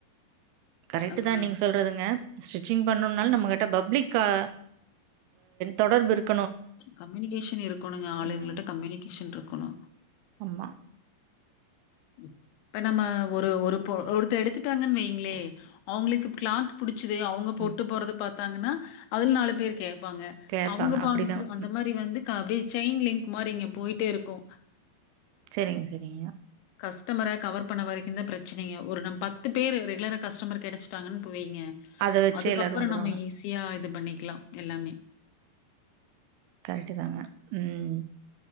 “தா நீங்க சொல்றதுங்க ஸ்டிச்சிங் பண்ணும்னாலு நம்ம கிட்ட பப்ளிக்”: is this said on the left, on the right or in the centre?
Right